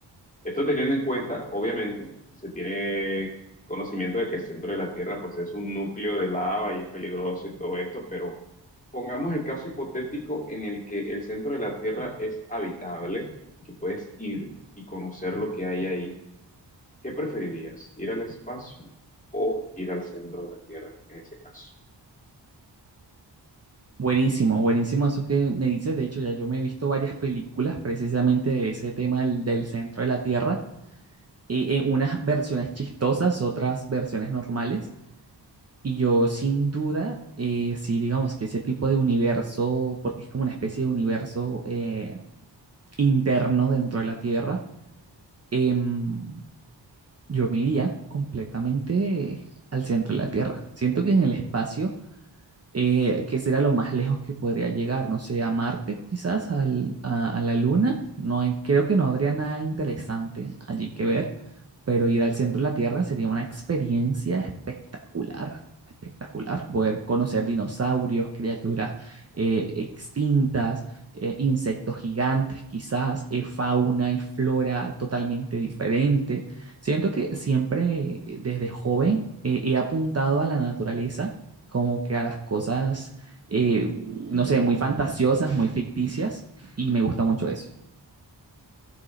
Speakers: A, on the left; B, on the right.
A: Esto teniendo en cuenta, obviamente, se tiene conocimiento de que el centro de la Tierra pues es un núcleo de lava y es peligroso y todo esto, pero pongamos el caso hipotético en el que el centro de la Tierra es habitable, que puedes ir y conocer lo que hay ahí ¿Qué preferirías? ¿Ir al espacio o ir al centro de la Tierra en ese caso?
B: Buenísimo, buenísimo eso que me dices. De hecho, ya yo me he visto varias películas precisamente de ese tema del, del centro de la Tierra, y en unas versiones chistosas, otras versiones normales. Y yo sin duda, eh, sí, digamos que ese tipo de universo, porque es como una especie de universo eh, interno dentro de la Tierra, em, yo me iría completamente al centro de la Tierra. Siento que en el espacio eh, que será lo más lejos que podría llegar, no sé, a Marte quizás, al- a, a la Luna. No hay, creo que no habría nada interesante allí que ver, pero ir al centro de la Tierra sería una experiencia espectacular, espectacular, poder conocer dinosaurios, criaturas eh, extintas, eh, insectos gigantes quizás, eh, fauna y flora totalmente diferente. Siento que siempre eh, desde joven eh, he apuntado a la naturaleza como que a las cosas, eh, no sé, muy fantasiosas, muy ficticias, y me gusta mucho eso.